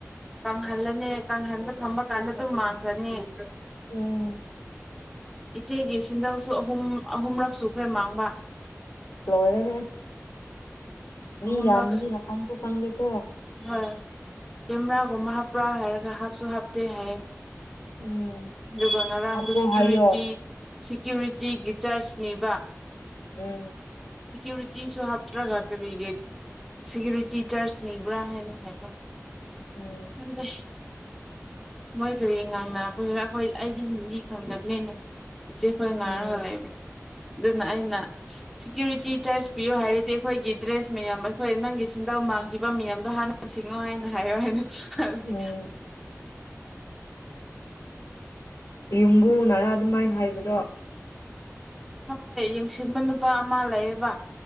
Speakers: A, in the centre; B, on the left.
A: ꯀꯪꯍꯜꯂꯅꯤ ꯀꯪꯍꯟꯕ ꯊꯝꯕ ꯀꯥꯟꯗ ꯑꯗꯨꯝ ꯃꯥꯡꯈ꯭ꯔꯅꯤ <inaudible>
B: ꯎꯝ
A: ꯏꯆꯦꯒꯤ ꯁꯤꯟꯗꯧꯁꯨ ꯑꯍꯨꯝ ꯑꯍꯨꯝꯔꯛ ꯁꯨꯈ꯭ꯔꯦ ꯃꯥꯡꯕ
B: ꯂꯣꯏꯔꯦꯍꯦ ꯃꯤ
A: ꯑꯍꯨꯝꯔꯛ
B: ꯌꯥꯝꯕꯅꯤꯅ ꯈꯪꯗꯣ ꯈꯪꯗꯦꯀꯣ
A: ꯍꯣꯏ ꯀꯦꯃꯦꯔꯥꯒꯨꯝꯕ ꯍꯥꯞꯄ꯭ꯔꯥ ꯍꯥꯏꯔꯒ ꯍꯥꯞꯁꯨ ꯍꯥꯞꯇꯦ ꯍꯥꯏꯌꯦ
B: ꯎꯝ
A: ꯑꯗꯨꯒ ꯉꯔꯥꯡꯗ
B: ꯍꯥꯞꯄꯣ
A: ꯁꯦꯀ꯭ꯌꯨꯔꯤꯇꯤ
B: ꯍꯥꯏꯌꯣ
A: ꯁꯤꯦꯀ꯭ꯌꯨꯔꯤꯇꯤꯒꯤ ꯆꯥꯔꯖꯅꯤꯕ
B: ꯎꯝ
A: ꯁꯤꯦꯀ꯭ꯌꯨꯔꯤꯇꯤꯁꯨ ꯍꯥꯞꯇ꯭ꯔꯒ ꯀꯔꯤꯒꯤ ꯁꯤꯦꯀ꯭ꯌꯨꯔꯤꯇꯤ ꯆꯥꯔꯖꯅꯤꯕ꯭ꯔꯥ ꯍꯥꯏꯅ ꯍꯥꯏꯕ
B: ꯎꯝ
A: ꯎꯗ ꯃꯣꯏ ꯀꯔꯤ ꯉꯥꯡꯅꯥꯔꯥ ꯑꯩꯈꯣꯏ ꯑꯩꯗꯤ ꯍꯤꯟꯗꯤ ꯈꯪꯗꯕꯅꯤꯅ ꯆꯦꯈꯣꯏꯅꯔ
B: ꯎꯝ
A: ꯍ ꯂꯩꯕ ꯑꯗꯨꯅ ꯑꯩꯅ ꯁꯦꯀ꯭ꯌꯨꯔꯤꯇꯤ ꯆꯔꯖ ꯄꯤꯌꯨ ꯍꯥꯏꯔꯗꯤ ꯑꯩꯈꯣꯏꯒꯤ ꯗ꯭ꯔꯦꯁ ꯃꯌꯥꯝ ꯑꯩꯈꯣꯏ ꯅꯪꯒꯤ ꯁꯤꯟꯗꯧ ꯃꯥꯡꯈꯤꯕ ꯃꯌꯥꯝꯗꯣ ꯍꯥꯟꯅ ꯁꯤꯡꯉꯣ ꯍꯥꯏꯅ ꯍꯥꯏꯌꯣ ꯍꯥꯏꯗꯤ ꯍꯥꯏꯗꯤ
B: ꯎꯝ ꯌꯨꯝꯕꯨꯅꯔꯥ ꯑꯗꯨꯃꯥꯏꯅ ꯍꯥꯏꯕꯗꯣ
A: ꯍꯣꯏ ꯍꯣꯏ ꯌꯦꯡꯁꯤꯟꯕ ꯅꯨꯄꯥ ꯑꯃ ꯂꯩꯌꯦꯕ